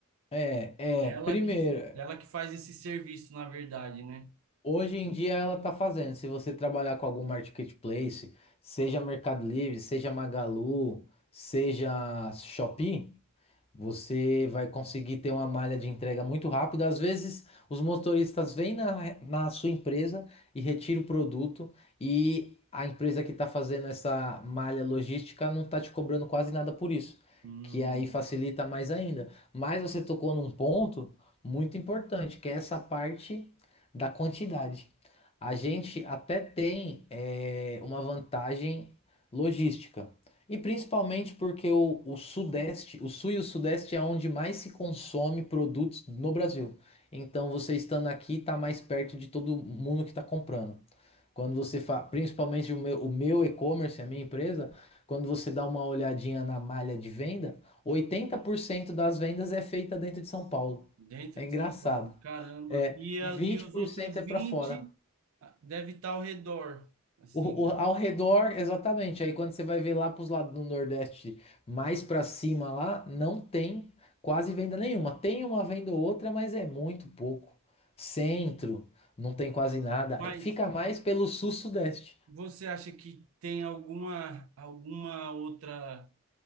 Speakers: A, on the left; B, on the right.
A: É, é,
B: Ela
A: primeiro.
B: que, ela que faz esse serviço, na verdade, né?
A: Hoje em dia ela está fazendo. Se você trabalhar com algum marketplace, seja Mercado Livre, seja Magalu, seja Shopee, você vai conseguir ter uma malha de entrega muito rápida. Às vezes, os motoristas vêm na, na sua empresa e retiram o produto e a empresa que está fazendo essa malha logística não está te cobrando quase nada por isso,
B: Hum,
A: que aí facilita mais ainda. Mas você tocou num ponto muito importante, que é essa parte da quantidade. A gente até tem eh, uma vantagem logística. E principalmente porque o, o Sudeste, o Sul e o Sudeste é onde mais se consome produtos no Brasil. Então você estando aqui está mais perto de todo mundo que está comprando. Quando você faz, principalmente o meu, o meu e-commerce, a minha empresa, quando você dá uma olhadinha na malha de venda, 80% das vendas é feita dentro de São Paulo.
B: dentro
A: É
B: de
A: engraçado.
B: São Paulo, caramba.
A: É,
B: E,
A: e
B: a,
A: vinte
B: e os
A: por
B: outros
A: cento é para
B: vinte
A: fora.
B: ah, deve estar ao redor, assim,
A: O,
B: né?
A: o- ao redor, exatamente. Aí quando você vai ver lá para os lados do Nordeste, mais para cima lá, não tem quase venda nenhuma. Tem uma venda ou outra, mas é muito pouco. Centro, não tem quase nada.
B: Mas
A: É, Fica mais pelo sul-sudeste.
B: você acha que tem alguma, alguma outra